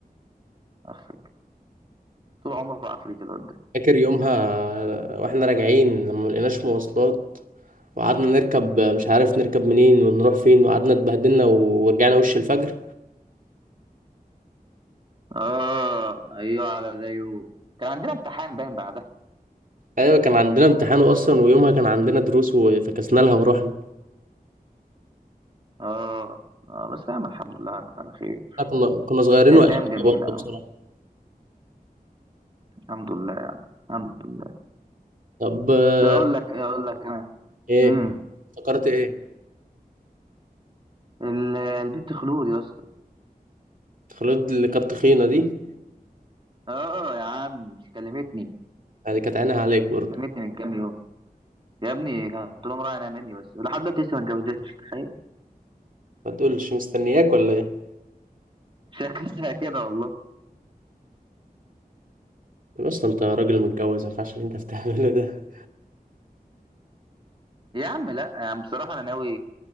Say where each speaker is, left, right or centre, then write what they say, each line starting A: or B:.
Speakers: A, on the right; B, on the right.
A: أخ، طول عمره عفريت الواد ده
B: فاكر يومها واحنا راجعين لما ملقيناش مواصلات وقعدنا نركب مش عارف نركب منين ونروح فين وقعدنا اتبهدلنا ورجعنا وش الفجر
A: اه ايوه على زيه كان عندنا امتحان باين بعدها
B: ايوه كان عندنا امتحان اصلا ويومها كان عندنا دروس وفكسنا لها ورحنا
A: اه اه بس فاهم الحمد لله عدت على خير
B: إحنا كنا كنا صغيرين
A: كانت
B: وقتها
A: ايام جميله
B: برضه
A: أوي.
B: بصراحه
A: الحمد لله يعني الحمد لله
B: طب آه،
A: اقول لك اقول لك انا
B: ايه
A: امم
B: افتكرت ايه
A: ال- البت خلود يا اسطى
B: خلود اللي كانت تخينه دي
A: اه يا عم مش كلمتني
B: يعني كانت عينها عليك برضه
A: كلمتني من كام يوم يا ابني كانت لهم رايح انا مني بس لحد دلوقتي لسه ما اتجوزتش تخيل
B: ما تقولش مستنياك ولا ايه
A: شكلها <laughs> كده والله
B: طب اصلا انت راجل متجوز ما ينفعش اللي انت بتعمله ده
A: يا عم لا يا عم بصراحه انا ناوي